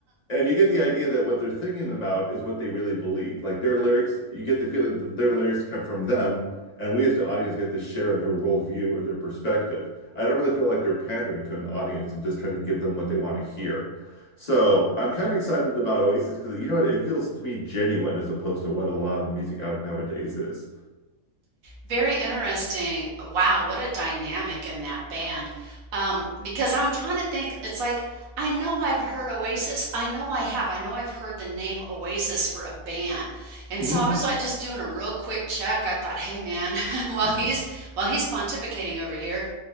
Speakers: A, on the left; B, on the right.
A: And you get the idea that what they're thinking about is what they really believe. Like their lyrics, you get the feeling that their lyrics come from them, and we as the audience get to share in their worldview or their perspective. I don't really feel like they're pandering to an audience and just trying to give them what they want to hear. So I'm kind of excited about Oasis because you know what? It feels to me genuine as opposed to what a lot of the music out nowadays is.
B: Very interesting. Wow, what a dynamic in that band. Um, because I'm trying to think, it's like, I know I've heard Oasis. I know I have. I know I've heard the name Oasis for a band. And
A: hmm
B: so I was like just doing a real quick check. I thought, hey man, <laughs> while
A: <laughs>
B: he's while he's pontificating over here.